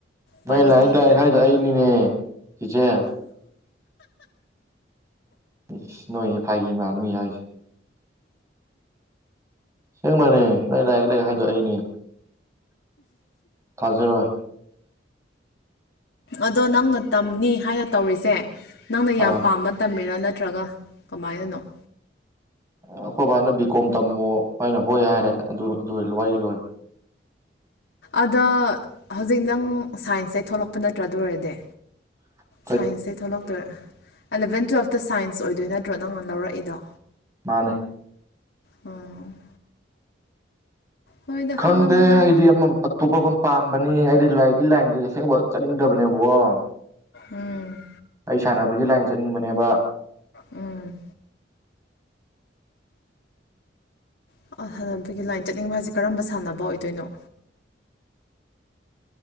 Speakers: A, on the right (about 15°); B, on the left (about 75°).
A: ꯅꯣꯏ
B: ꯄꯥꯏ
A: ꯂꯥꯏꯔꯤꯛ
B: ꯂꯩꯇ‌ꯦ
A: ꯂꯥꯏꯔꯤꯛ ꯍꯥꯏꯗꯣ ꯑꯩꯅꯤꯅꯦ ꯆꯤꯆꯦ ꯏꯁ ꯅ‌ꯣꯛꯏ ꯐꯥꯒꯤ ꯃꯥꯜꯂ‌ꯦ ꯃꯤ ꯍꯥꯏꯁ‌ꯦ ꯁꯦꯡꯕꯅ‌ꯦ ꯅ‌ꯣꯏ ꯂꯥꯏꯔꯤꯛ ꯂꯥꯏꯔꯤꯛ ꯍꯥꯏꯗ‌ꯣ ꯑꯩꯅꯦ ꯊꯥꯖꯔꯣꯏ
B: ꯑꯗꯣ ꯅꯪꯅ ꯇꯝꯅꯤ ꯍꯥꯏꯅ ꯇꯧꯔꯤꯁꯦ ꯅꯪꯅ
A: ꯑꯥ
B: ꯌꯥꯝ ꯄꯥꯝꯅ ꯇꯝꯃꯤꯔꯥ ꯅꯠꯇ꯭ꯔꯒ ꯀꯃꯥꯏꯅꯅꯣ
A: ꯑꯩꯈꯣꯏ ꯕꯥꯅ ꯕꯤ ꯀꯣꯝ ꯇꯝꯃꯣ ꯑꯩꯅ ꯍꯣꯏ ꯍꯥꯏꯔꯦ ꯑꯗꯨ ꯑꯗꯨ ꯋꯥꯔꯤ ꯂꯣꯏꯔꯦ
B: ꯑꯗ ꯍꯧꯖꯤꯛ ꯅꯪ ꯁꯥꯏꯟꯁ ꯇꯩ ꯊꯣꯛꯂꯛꯄ ꯅꯠꯇ꯭ꯔ ꯑꯗꯨ ꯑꯣꯏꯔꯗꯤ
A: <inaudible>
B: ꯁꯥꯏꯟꯁ ꯇꯩ ꯊꯣꯛꯂꯛꯇꯣꯏꯔ ꯑꯂꯕꯦꯟ ꯇꯨꯌꯦꯜꯄꯇ ꯁꯥꯏꯟꯁ ꯑꯣꯏꯗꯣꯏ ꯅꯠꯇ꯭ꯔꯣ ꯅꯪꯅ ꯂꯧꯔꯛꯏꯗꯣ
A: ꯃꯥꯅꯦ
B: ꯎꯝ ꯍꯣꯏꯗ
A: ꯈꯪꯗꯦ
B: ꯍꯣꯠꯅꯧ ꯍꯣꯠꯅꯧ
A: ꯍꯥꯏꯗꯤ ꯑꯃ ꯑꯇꯣꯞꯄ ꯑꯃ ꯄꯥꯝꯕꯅ‌ꯦ ꯑꯩꯗꯤ ꯂꯥꯏꯔꯤꯛꯀꯤ ꯂꯥꯏꯟꯗꯗꯤ ꯑꯁꯦꯡꯕ ꯆꯠꯅꯤꯡꯗꯕꯅꯦꯕꯀꯣ <inaudible>
B: ꯎꯝ
A: ꯑꯩ ꯁꯥꯟꯅꯕꯒꯤ ꯂꯥꯏꯟ ꯆꯠꯅꯤꯡꯕꯅꯦꯕ
B: ꯎꯝ ꯑ ꯁꯥꯟꯅꯕꯒꯤ ꯂꯥꯏꯟ ꯆꯠꯅꯤꯡꯕ ꯍꯥꯏꯁꯦ ꯀꯔꯝꯕ ꯁꯥꯟꯅꯕ ꯑꯣꯏꯗꯣꯏꯅꯣ